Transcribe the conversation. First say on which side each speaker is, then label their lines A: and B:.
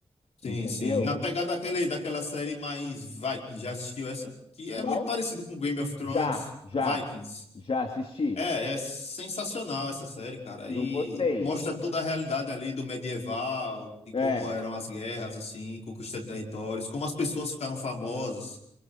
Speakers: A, on the left; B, on the left.
A: sim,
B: Entendeu?
A: sim. Na pegada daquele, daquela série mais Vikings, já assistiu essa? Que é
B: Qual?
A: muito parecido com Game of Thrones,
B: Já, já,
A: Vikings.
B: já assisti.
A: É, é sensacional essa série, cara.
B: Eu
A: E
B: gostei.
A: mostra toda a realidade ali do medieval, de
B: É.
A: como eram as guerras, assim, conquista de territórios, como as pessoas ficaram famosas.